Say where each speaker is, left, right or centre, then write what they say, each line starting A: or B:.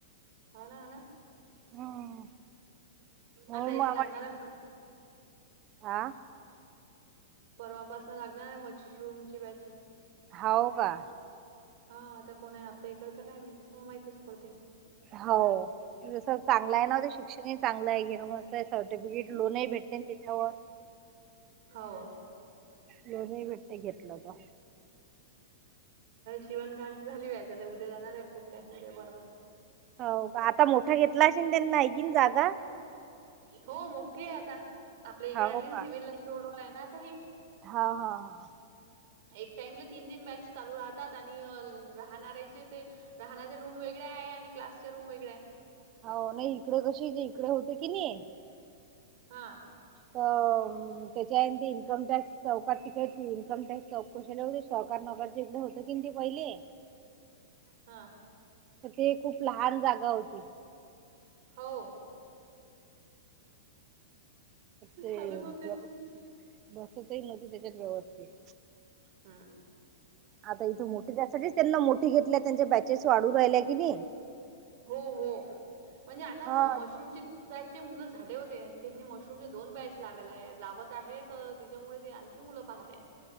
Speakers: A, on the right; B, on the right.
A: हाओ ना हाओ ना
B: हम्म म्हणून
A: आता याची
B: मग आम्हाला
A: लागणाराए
B: हा
A: परवापासून लागणारात मशरूम ची बाची
B: हाओ का
A: हा आता कोणय आपल्या इकडचं काय माहिती स म माहितच पडते
B: हो जसं चांगलाय ना ते शिक्षणही चांगलाय घे मं सर्टिफिकेट लोनही भेट तेच्यावर
A: हाओ
B: लोनही भेटतय घेतलं त
A: शिवणकांची झाली बॅच आता उद्या जाणाराय पुठ्या उद्या परवा
B: हाओ का आता मोठा घेतला असेल त्यांन ऐकीन जागा
A: हो मोठीये आता आपल्या इकडे
B: हो
A: आलीन
B: का
A: सिव्हल लाईन रोड उन हाय ना आता हे
B: हा हा हा
A: एक टाइमला तीन तीन बॅच चालू राहतात आणि अल राहणार्याचे ते राहण्याच्या रूम वेगळ्या आहे आणि क्लासच्या रूम वेगळ्या आहे
B: हो नाई इकडे कशी इकडे होते कीनी
A: हां
B: अ त्याच्या इन्कम टॅक्स चौकात तिक त इनकम टॅक्स चौ कुशाला एवढे सहकार नकारच इकडें होत की ते पहिले
A: हा
B: तर ते खूप लहान जागा होती
A: हो सांगत
B: ते
A: होते
B: व्यवस्थित
A: ति
B: बसतही नवत तेच्यात व्यवस्थित
A: हा
B: आता इते मोटी त्यासाठीच त्यांना मोटी घेतल्या त्यांच्या बॅचेस वाढू राहिल्या किनइ
A: हो हो म्हणजे आता
B: हा
A: म मशरूमची
B: ते-
A: चे मुलं झाले होते आणखीनी मशरूमचे दोन बॅच लावलाए लावत आहेत तेच्यामुळे ते आण की मुलं पाहतए